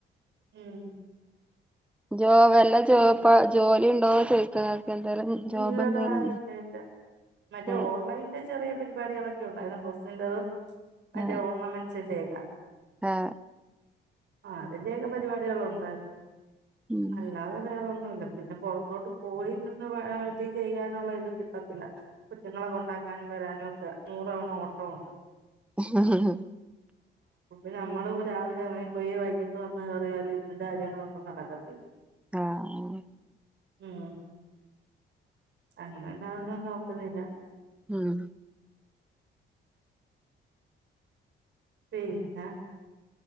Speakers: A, on the right; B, in the centre.
A: ഉം
B: ജോബ് അല്ലാ ജോ ജോലി ഉണ്ടോ ചോയ്ക്ക ഇങ്ങക്ക് എന്തേലും ജോബ്
A: ഇല്ലടാ
B: എന്തേലും
A: ഇല്ല ഇല്ല മറ്റേ
B: ആ
A: ഓൺലൈൻന്റെ ചെറിയ പരി പരിാികൊക്ക ഉണ്ടായിരുന്നു പ്രസിറതും അന്റെ
B: ആ
A: ഓർണമെന്സിന്റെേക
B: ആ ആ
A: ആ അതിന്റെൊക്കെ പരിപാടികൾ ഉണ്ടായിരുന്നു
B: ഉം
A: അല്ലാതെ വേറ പിന്നെ പുൊറത്തോട്ട് പോയി നിന്ന് വ ചെയ്യാനുള്ള ഇത് കിട്ടത്തില്ല കുറ്റങ്ങളെക്ക കൊ ഉണ്ടാക്കാനും വരാനും ഒക്കെ നൂറ്തവണ ഓട്ടമുണ്ട്
B: ഹ ഹ
A: െ നമ്മള് രാവിലെ ഇറങ്ങി പോയി വൈകിട്ട് വന്ന് കേറിയാല് ഇതിന്റെ കാര്യങ്ങളൊന്നും നടക്കത്തില്ല
B: ആഹ
A: ഉം അങ്ങനെണ്ടാവുന്ന നോക്കുന്നില്ല
B: ഉം
A: പിന്ന